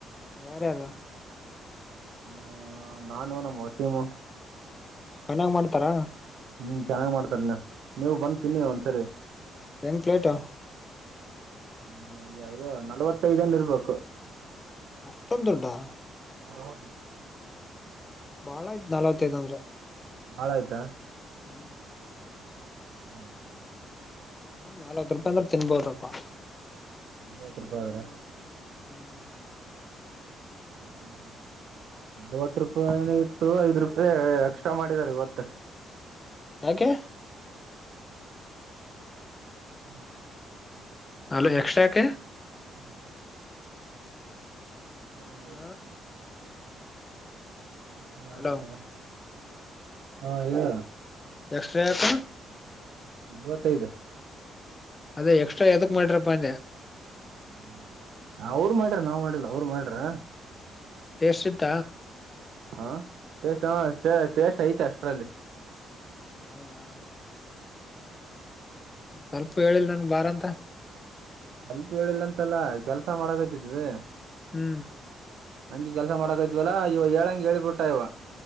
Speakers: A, on the left; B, on the right.
A: ಯಾರ್ಯಾರು
B: ಹೂ ನಾನು ನಮ್ಮ ವಸೀಮು
A: ಚನ್ನಾಗ್ ಮಾಡ್ತಾರ
B: ಹ್ಮ್ ಚೆನ್ನಾಗ್ ಮಾಡ್ತಾರೆನ ನೀವು ಬಂದ ತಿನ್ನಿ ಒಂದ್ಸರಿ
A: ಹೆಂಗ್ ಪ್ಲೇಟಾ
B: ಹೂ ನಲವತ್ತೈದನ್ ಇರ್ಬೇಕು
A: ಅಷ್ಟಂದು ದುಡ್ಡಾ
B: ಹೌದು
A: ಬಾಳ ಆಯ್ತ್ ನಲ್ವತ್ತೈದ್ ಅಂದ್ರೆ
B: ಬಾಳ ಆಯ್ತಾ
A: ಹೂ
B: ಹೂ
A: ನಾಲ್ವತ್ ರೂಪಾಯಿ ಅಂದ್ರೆ ತಿನ್ಬೋದಪ್ಪಾ
B: ನಲ್ವತ್ತು ರೂಪಾಯಿ ಆದ್ರೆ
A: ಹ್ಮ್
B: ಹೂ ಹೂ ಹೂ ನಲ್ವತ್ ರೂಪಾಯ ಏನ ಇತ್ತು ಐದ್ ರೂಪಾಯಿ ಎಕ್ಸ್ಟ್ರಾ ಮಾಡಿದ್ದಾರೆ ಇವತ್ತು
A: ಯಾಕೆ
B: ಹೂ
A: ಅಲ ಎಕ್ಸ್ಟ್ರಾಕ
B: ಹೂ ಹೂ
A: ಹ
B: ಹನ್ಡ
A: ಹಲೋ
B: ಹಾ ಹೇಳ
A: ಎಕ್ಸ್ಟ್ರಾ ಯಾಕ
B: ನಲ್ವತ್ತೈದು
A: ಅದೇ ಎಕ್ಸ್ಟ್ರಾ ಎದಕ್ ಮಾಡ್ರಪ್ಪ ಅಂದೆ
B: ಹೂ ಅವರು ಮಾಡ್ಯಾರ ನಾವ್ ಮಾಡಿಲ್ಲ ಅವರು ಮಾಡ್ಯಾರ
A: ಟೆಸ್ಟ್ ಐತ
B: ಹಾ ಟಸ್ ಹ ಟೇಸ್ಟ್ ಐತೆ ಅಷ್ಟರಲ್ಲಿ
A: ಹೌದಾ ಮ ಸ್ವಲ್ಪ ಹೇಳಿಲ್ಲ ನನ್ ಬಾರ ಅಂತ
B: ಸ್ವಲ್ಪ ಹೇಳಿಲ್ಲಂತಲ್ಲ ಕೆಲ್ಸ ಮಾಡದತಿದ್ವಿ
A: ಹೂ
B: ಹಂಗಿ ಕೆಲ್ಸ ಮಾಡಕ ಇದ್ವಲ್ಲಾ ಇವ ಏಂಗೆ ಹೇಳೇಳ್ಬಿಟ್ಟ ಇವ